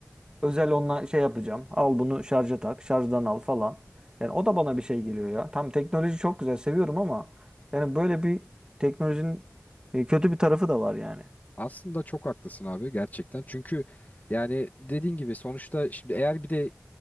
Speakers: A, on the right (about 15°); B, on the left (about 35°).
A: Özel onunla şey yapacağım. Al bunu şarja tak. Şarjdan al falan. Yani o da bana bir şey geliyor ya. Tam teknoloji çok güzel seviyorum ama yani böyle bir teknolojinin e, kötü bir tarafı da var yani.
B: Aslında çok haklısın abi gerçekten. Çünkü yani dediğin gibi sonuçta şimdi eğer bir de